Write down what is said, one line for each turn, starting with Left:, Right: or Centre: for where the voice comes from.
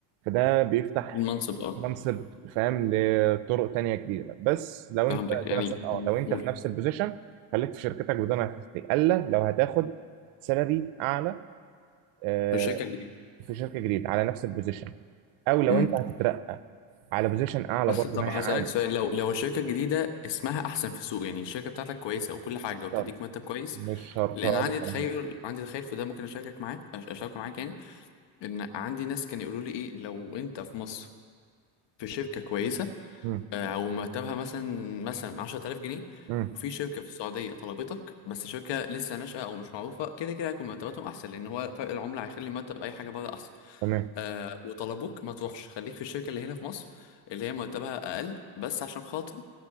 Right: فده بيفتح
Left: المنصب اه
Right: منصب فاهم لطرق تانية جديدة بس لو
Left: فهمتك
Right: انت
Left: يعني
Right: دي نصيحة اه
Left: مم.
Right: لو انت
Left: قول
Right: في نفس البوزيشن خليك في شركتك وده ما الا لو هتاخد سالري اعلى آه،
Left: في شركه جديده
Right: في شركة جديدة على نفس البوزيشن او لو
Left: امم
Right: انت هتترقى على بوزيشن اعلى
Left: بس
Right: برضه
Left: طب
Right: ما
Left: هسألك
Right: هي عاني
Left: سؤال لو لو الشركة الجديدة اسمها أحسن في السوق يعني الشركة بتاعتك كويسة وكل حاجة
Right: مش
Left: وبتديك
Right: شرط
Left: مرتب كويس
Right: مش شرط
Left: لأن
Right: اقول
Left: عندي
Right: الكلام
Left: تخيل
Right: ده
Left: عندي تخيل في ده ممكن أشاركك معاك أش- أشارك معاك يعني إن عندي ناس كانوا يقولوا لي إيه لو أنت في مصر في شركة كويسة
Right: امم
Left: آه، أو مرتبها مثلا مثلا 10000 جنيه
Right: امم
Left: وفي شركة في السعودية طلبتك بس شركة لسه ناشئة أو مش معروفة كده كده هيكون مرتباتهم أحسن لأن هو فرق العملة هيخلي مرتب أي حاجة بره أحسن
Right: تمام
Left: آه وطلبوك ما تروحش خليك في الشركة اللي هنا في مصر اللي هي مرتبها اقل بس عشان خاطر